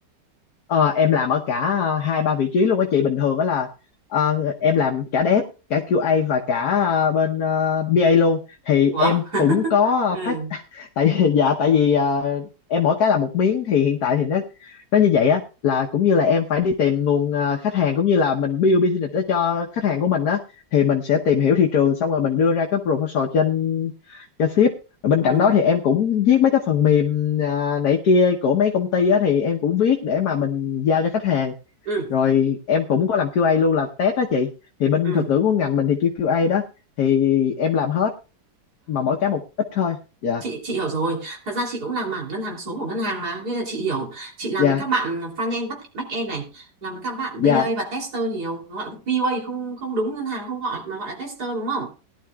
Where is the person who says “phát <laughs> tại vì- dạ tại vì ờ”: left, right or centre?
Left